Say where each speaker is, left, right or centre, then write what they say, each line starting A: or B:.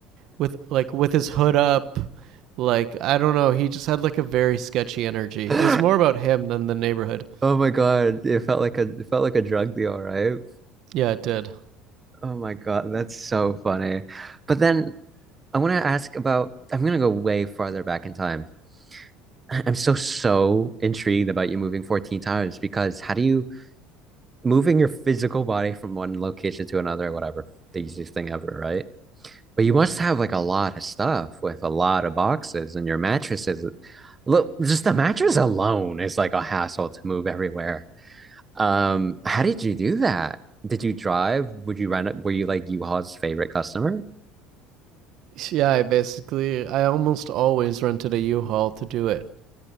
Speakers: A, on the right; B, on the right.
A: with like with his hood up. Like I don't know, he just had like a very sketchy energy.
B: <laughs>
A: It was more about him than the neighborhood.
B: Oh my God! It felt like a it felt like a drug deal, right?
A: Yeah, it did.
B: Oh my God, that's so funny. But then I want to ask about, I'm going to go way farther back in time. <clears throat> I'm so, so intrigued about you moving 14 times because how do you, moving your physical body from one location to another, whatever, the easiest thing ever, right? But you must have like a lot of stuff with a lot of boxes and your mattresses. Look, just the mattress alone is like a hassle to move everywhere. Um, how did you do that? Did you drive? Would you rent it? Were you like U-Haul's favorite customer?
A: Yeah, I basically I almost always rented a U-Haul to do it.